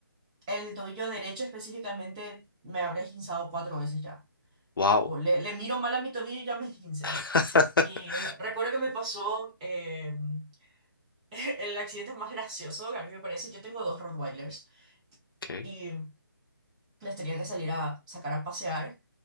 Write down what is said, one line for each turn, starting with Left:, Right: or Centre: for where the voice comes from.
Right: el tobillo derecho específicamente, me habré esguinzado cuatro veces ya.
Left: Wow,
Right: Tipo, le, le miro mal a mi tobillo y ya me esguincé.
Left: <laughs>
Right: Y eh, recuerdo que me pasó eh, <laughs> el accidente más gracioso que a mí me parece. Yo tengo dos Rottweilers
Left: ok,
Right: y les tenía que salir a sacar a pasear.